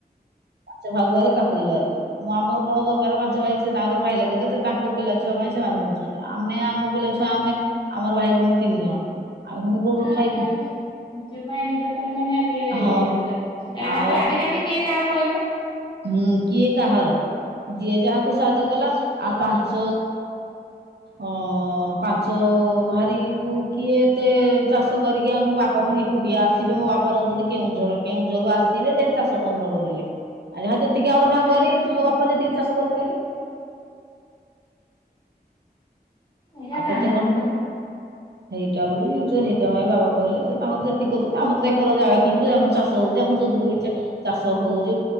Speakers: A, on the right (about 85°); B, on the left (about 30°).
A: ପାଞ୍ଚ ଭାଗଆାରୀ କାକୁରି ବାରି ଆ ମୁଁ ଆମର କଣ ଦରକାର ପାଞ୍ଚ ଭାଇ ସେ ତାଙ୍କର ଖାଇଲେ କେତେ ସେ ତାଙ୍କ ପିଲା ଛୁଆ ପାଇଁ ସେମାନେ ବୁଝୁଚନ୍ତି ଆମେ ଆମ ପିଲାଛୁଆ ଆମେ ଆମର ଭାଇ ଭଉଣୀ ତିନ ତିନି ଜଣ ଆଉ ପୁଣି କୋଉଠୁ ଖାଇବୁ
B: ଆମା ନିଜ ନିଜ ପାଇଁ ନିଜେ କରିବନି ଆଉ କିଏ
A: ହଁ
B: ଇଏ କାହାକୁ
A: ଆଉ
B: ଆଜିକାଲି କିଏ କାହାର କହିଲ?
A: ହୁଁ କିଏ କାହାର ଯିଏ ଯାହାକୁ ସାହାଯ୍ୟ କଲା ଆଉ ପାଞ୍ଚ ଅ ପାଞ୍ଚ ଭାରି କୁ କିଏ ଏତେ ଚାଷ କରିକି ଆଉ ମୋ ବାପା ଫୁଣି ଏକୁଟିଆ ଆସିବେ ମୋ ବାପା ରହୁଛନ୍ତି କେଉଁଝର କେଉଁଝରରୁ ଆସିବେ ସେ ଚାଷ ତମର କରିବେ ଆ ଯାହା ଯେତିକି
B: ନା ମ
A: ଆମର
B: ହେରା
A: ଭାଗୁଆରି
B: କାମ
A: ମୋ
B: ନୁହଁ
A: ବାପା ଯେତିକି ଚାଷ କରିପାରିଲେ?
B: ଏଇରା
A: ଆଉ
B: କାମ
A: କେତେ କଣ
B: ନୁହଁ ତ
A: ହେଇଟା ବୋଲି ହେଁଇଟା ପାଇଁ ବାବା କହିଲେ ସେ ତାଙ୍କର ଯେତିକିଛନ୍ତି ଆମର ତ ଏକର ଜାଗା କିଣୁଛି ଆମର ଚାଷ ହଉଛି ଆମ ଯୋଉ ତକ ବି ଚାଷ ଚାଷ ହଉ